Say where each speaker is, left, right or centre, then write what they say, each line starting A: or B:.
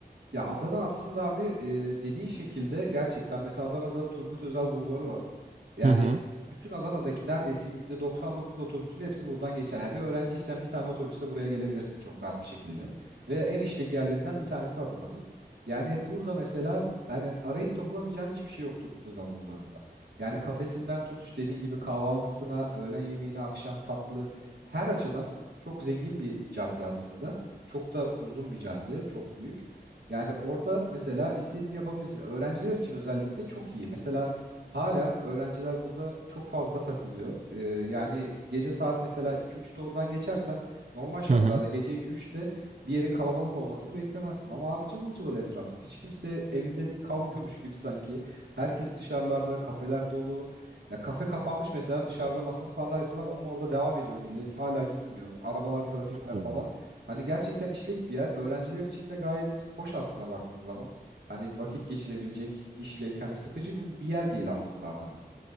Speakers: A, on the right (about 80°); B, on the right (about 40°).
A: Ya Adana aslında abi e, dediğin şekilde gerçekten mesela Adana'da Turgut Özal Bulvarı var. Yani
B: Hı hı.
A: bütün Adana'daki neredeyse %99 otobüsün hepsi buradan geçer. Yani bir öğrenciysen bir tane otobüsle buraya gelebilirsin çok rahat bir şekilde. Ve en işlek yerlerinden bir tanesi Adana'nın. Yani burada mesela hani arayıp da bulamayacağın hiçbir şey yok Turgut Özal Bulvarı'nda. Yani kafesinden tutuş dediğin gibi kahvaltısına, öğlen yemeğine, akşam tatlı her açıdan çok zengin bir cadde aslında. Çok da uzun bir cadde, çok büyük. Yani orada mesela istediğini yapabilirsin. Öğrenciler için özellikle çok iyi. Mesela hala öğrenciler burada çok fazla takılıyor. Ee, yani gece saat mesela 2-3'te oradan geçersen normal şartlarda
B: Hı hı.
A: gece 2-3'te bir yerin kalabalık olmasını beklemezsin. Ama abi cıvıl cıvıl etraf. Hiç kimse evinde kalmıyormuş gibi sanki. Herkes dışarılarda, kafeler dolu. Ya kafe kapanmış mesela dışarıda masa sandalyesi var. Onun orada devam ediyor millet. Hala gitmiyor. Arabalar, trafikler
B: Hı.
A: falan. Hani gerçekten işlek bir yer. Öğrenciler için de gayet hoş aslına baktığın zaman. Hani vakit geçirebilecek işlek. Hani sıkıcı bir bir yer değil aslında Adana.